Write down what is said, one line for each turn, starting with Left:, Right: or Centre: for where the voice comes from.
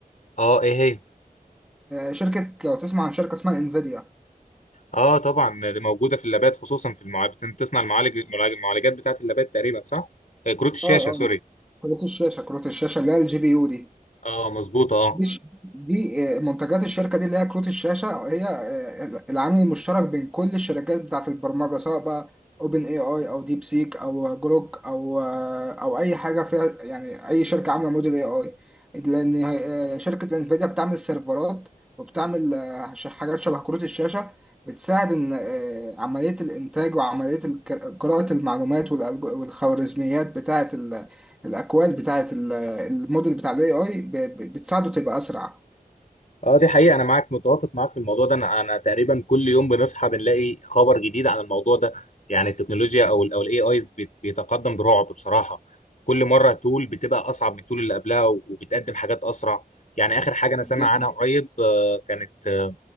Left: اه ايه هي
Centre: شركه لو تسمع عن شركه اسمها انفيديا
Left: اه طبعا دي موجوده في اللابات خصوصا في المعالج بتصنع المعالج المعالج- المعالجات بتاعت اللابات تقريبا صح آه، كروت الشاشه
Centre: اه
Left: سوري
Centre: اه كروت الشاشه كروت الشاشه اللي هي الجي بي يو دي
Left: اه مظبوطه اه
Centre: مش دي آه، منتجات الشركه دي اللي هي كروت الشاشه هي آه، العامل المشترك بين كل الشركات بتاعت البرمجه سواء بقى اوبن اي اي او ديب سيك او جروك او آه، او اي حاجه فيها يعني اي شركه عامله موديل اي اي لان آه، شركه انفيديا بتعمل سيرفرات وبتعمل آه، ش- حاجات شبه كروت الشاشه بتساعد ان آه، عمليه الانتاج وعمليه الك- قراءه المعلومات والألج- والخوارزميات بتاعه ال- الاكواد بتاعه الموديل بتاع الاي اي بتساعده تبقى اسرع
Left: اه دي حقيقه انا معاك متوافق معاك في الموضوع ده انا انا تقريبا كل يوم بنصحى بنلاقي خبر جديد عن الموضوع ده يعني التكنولوجيا او ال او الاي اي بيتقدم برعب بصراحه كل مره تول بتبقى اصعب من التول اللي قبلها وبتقدم حاجات اسرع يعني اخر حاجه انا سامع
Centre: دي حاجة.
Left: عنها قريب آه، كانت آه،